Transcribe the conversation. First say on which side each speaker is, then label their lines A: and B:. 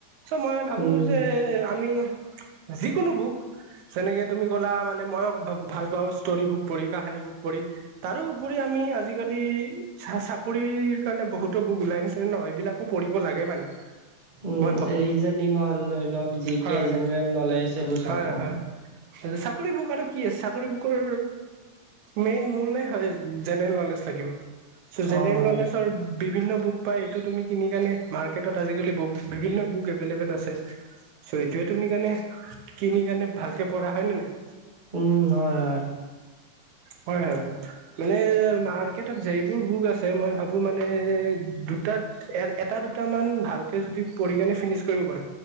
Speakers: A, on the right (about 75°); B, on the right (about 35°).
A: চ' মই ভাবোঁ
B: উম
A: যে, আমি যিকোনো বুক, যেনেকে তুমি ক'লা মানে মই ভা-ভাল পাওঁ ষ্টৰি বুক পঢ়ি, কাহানী বুক পঢ়ি, তাৰোউপৰি আমি আজিকালি চাকৰিৰ কাৰণে বহুতো বুক ওলাই আনিছিলে ন' এইবিলাকো পঢ়িব লাগে মানে।
B: উম
A: মই ভাবো
B: ৰিজনিং হ'ল ধৰি লওক জিকে
A: হয়
B: জেনেৰেল নলেজ সেইবোৰ চাব
A: হয়
B: অ'।
A: হয় চাকৰি বুক আৰু। কি চাকৰি বুকৰ মেইন মূলেই হয় জেনেৰেল নলেজ লাগিব। জেনেৰেল
B: অ হয়
A: নলেজৰ বিভিন্ন বুক পায় এইটো তুমি কিনি কেনে মাৰ্কেটত আজিকালি বিভিন্ন বুক এভেলভেল আছে। চ' এইটোয়ে তুমি কাৰণে কিনি কাৰণে ভালকে পঢ়া হয় নে নাই।
B: উম হয়-হয়।
A: হয়, হয় মানে মাৰ্কেটত যিবোৰ বুক আছে মই ভাবো মানে দুটাত। এ এটা দুটামান ভালকে যদি পঢ়ি কেনে ফিনিছ কৰিব পাৰো।